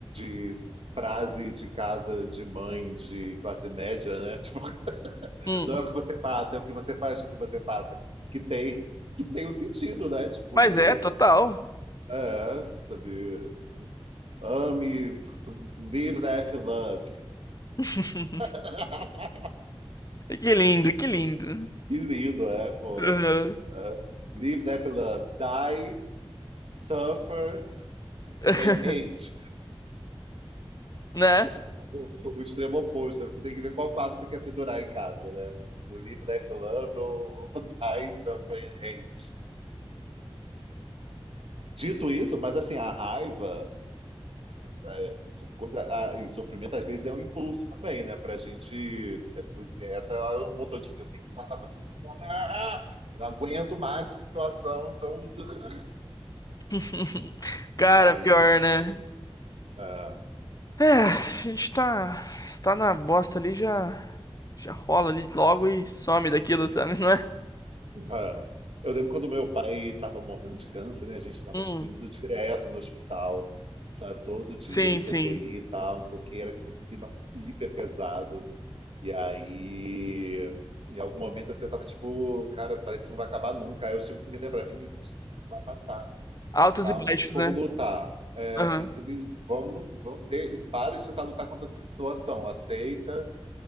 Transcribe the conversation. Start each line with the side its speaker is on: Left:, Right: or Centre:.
Right: de frase de casa de mãe, de classe média, né? <laughs> Tipo,
Left: Hum.
Right: não é o que você passa, é o que você faz com o que você passa. Que tem, que tem um sentido, né? Tipo,
Left: Mas é, total.
Right: é, sabe? Ame, live, laugh, love.
Left: <laughs>
Right: <laughs>
Left: Que lindo, que lindo.
Right: que lindo, é, porra.
Left: Uhum.
Right: É. Live, laugh, love. Die, suffer
Left: <laughs>
Right: and hate.
Left: Né?
Right: O, o extremo oposto. né? Você tem que ver qual quadro você quer pendurar em casa, né? O live, laugh, love ou <laughs> die, suffer and hate. Dito isso, mas assim, a raiva é, coisa, ah, e sofrimento às vezes é um impulso também, né? Pra gente. É, essa é um motor, de dizer eu tenho que passar pra todo mundo. Ah, eu não aguento mais a situação, então. <laughs>
Left: <laughs> Cara,
Right: Ah,
Left: pior,
Right: isso me
Left: né?
Right: ajuda. Ah,
Left: É, a gente tá, tá na bosta ali, já, já rola ali logo e some daquilo, sabe? <laughs> Não é?
Right: ah. Eu lembro quando meu pai estava morrendo de câncer, né? A gente estava
Left: Hum,
Right: tipo indo direto no hospital, sabe? Todo dia
Left: sim,
Right: no CTI
Left: sim.
Right: e tal, não sei o que, era aquele clima hiper pesado. E aí, em algum momento, assim, eu tava tipo, cara, parece que não vai acabar nunca. Aí eu tive que me lembrar, Vinícius, isso vai passar.
Left: Altos
Right: Calma,
Left: e baixos,
Right: não tem como
Left: né?
Right: lutar. É,
Left: Aham.
Right: tem que. Vamos, vamos de- para de tentar lutar contra a situação. Aceita,